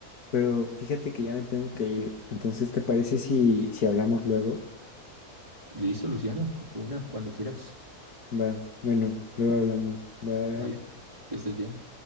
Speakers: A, on the left; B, on the right.
A: pero fíjate que ya me tengo que ir, entonces, ¿te parece si, si hablamos luego?
B: Listo, Luciano, una, cuando quieras.
A: Va, bueno, luego hablamos, bye.
B: Vale, que estés bien.